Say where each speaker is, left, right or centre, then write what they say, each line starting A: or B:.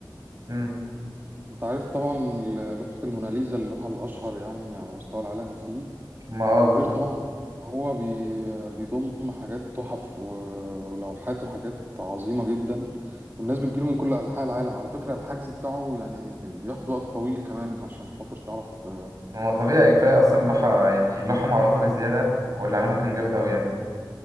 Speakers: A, on the right (about 45°); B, on the right (about 30°).
A: مم.
B: انت عارف طبعا ال- لوحة الموناليزا اللوحة الاشهر يعني على مستوى العالم فيه
A: ما اه
B: وغير
A: بالظبط
B: طبعا ان هو بي بيضم حاجات تحف و- ولوحات وحاجات عظيمة جدا والناس بتجيله من كل أنحاء العالم على فكرة الحجز بتاعه يعني بي- بياخد وقت طويل كمان عشان خاطر تعرف اه
A: هو طبيعي كفاية أصلا اللوحة يعني اللوحة معروفة بزيادة واللي عملها كان جامد أوي يعني